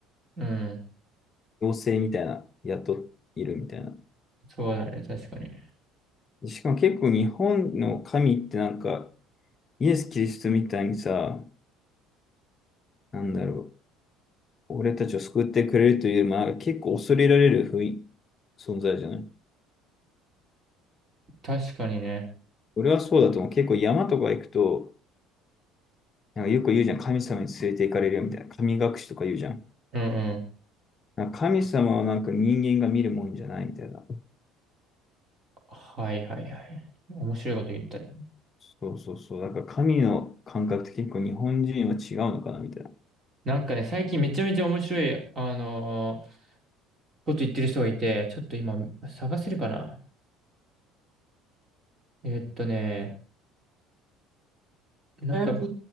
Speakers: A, on the right (about 25°); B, on the left (about 25°).
A: うん。
B: 妖精みたいな、宿いるみたいな。
A: そうだね。確かに。
B: しかも結構日本の神ってなんか、イエス・キリストみたいにさ、なんだろう、俺たちを救ってくれるというよりも、なんか結構恐れられる雰囲存在じゃない
A: 確かにね。
B: 俺はそうだと思う。結構山とか行くと、なんかよく言うじゃん。神様に連れて行かれるよみたいな。神隠しとか言うじゃん。
A: うんうん。
B: なんか神様はなんか人間が見るもんじゃないみたいな。
A: はいはいはい。面白いこと言ったね。
B: そうそうそう。だから神の感覚って結構日本人は違うのかなみたいな。
A: なんかね、最近めちゃめちゃ面白い、あのーこと言ってる人がいて、ちょっと今探せるかな。えーっとね、なんか